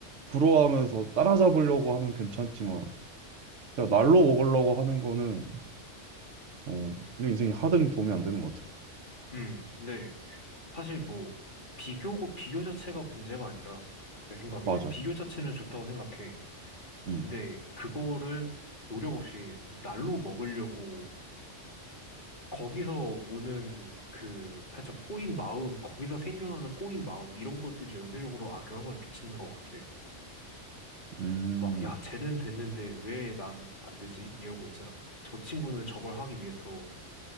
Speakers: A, on the right; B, on the left.
A: 부러워하면서 따라잡으려고 하면 괜찮지만, 그냥 날로 먹으려고 하는 거는, 어, 우리 인생이 하등 도움이 안 되는 것 같아요.
B: 응, 네. 사실 뭐 비교고 비교 자체가 문제가 아니라 내 생각인데
A: 맞아.
B: 비교 자체는 좋다고 생각해.
A: 음.
B: 근데 그거를 노력 없이 날로 먹으려고 거기서 오는 그 살짝 꼬인 마음, 거기서 생겨나는 꼬인 마음 이런 것들이 연쇄적으로 악영향을 미치는 것 같아.
A: 음.
B: 막 야, 쟤는 됐는데 왜 난 안 되지? 이런 거 있잖아. 저 친구는 저걸 하기 위해서